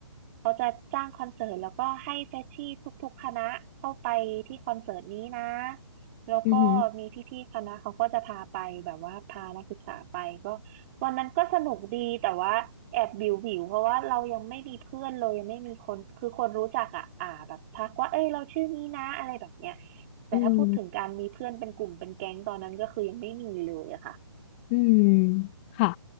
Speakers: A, on the right; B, on the left.
A: เขาจะจ้างคอนเสิร์ตแล้วก็ให้เฟชชี่ทุกๆคณะเข้าไปที่คอนเสิร์ตนี้นะแล้วก็มีพี่ๆคณะเขาก็จะพาไปแบบว่าพานักศึกษาไปก็
B: อือหือ
A: วันนั้นก็สนุกดีแต่ว่าแอบวิววิวเพราะว่าเรายังไม่มีเพื่อนเลยยังไม่มีคนคือคนรู้จักอ่ะอ่าแบบทักว่าเอ้ยเราชื่อนี้นะอะไรแบบเนี้ย แต่ถ้าพูดถึงการมีเพื่อนเป็นกลุ่มเป็นแก๊งตอนนั้นก็คือยังไม่มีเลยอะค่ะ
B: อืมอืมค่ะ